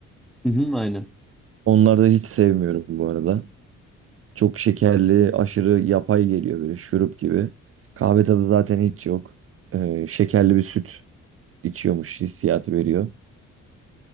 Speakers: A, in the centre; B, on the right.
A: Hı hı, aynen.
B: Onları da hiç sevmiyorum bu arada. Çok şekerli, aşırı yapay geliyor böyle şurup gibi. Kahve tadı zaten hiç yok. E, şekerli bir süt içiyormuş hissiyatı veriyor.